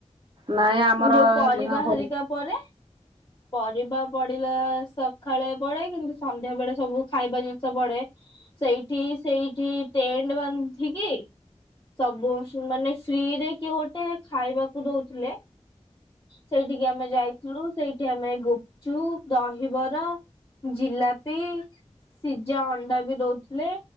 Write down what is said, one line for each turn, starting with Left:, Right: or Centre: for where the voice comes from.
Right: ନାଇଁ ଆମର
Left: ଯୋଉ ପରିବା
Right: ହୋଲି
Left: ହେରିକା ପରେ ପରିବା ପଡିଲା ସଖାଳେ ପଡେ କିନ୍ତୁ ସନ୍ଧ୍ୟା ବେଳେ ସବୁ ଖାଇବା ଜିନ୍ଷ ପଡେ। ସେଇଠି ସେଇଠି ଟେଣ୍ଡ ବାନ୍ଧିକି ସବୁ ମାନେ ଫ୍ରିରେ କିଏ ଗୋଟେ ଖାଇବାକୁ ଦଉଥୁଲେ ସେଇଠିକି ଆମେ ଯାଇଥିଲୁ ସେଇଠି ଆମେ ଗୁପ୍ ଚୁପ୍ ଦହିବରା ଜିଲାପି ସିଝା ଅଣ୍ଡା ବି ଦଉଥୁଲେ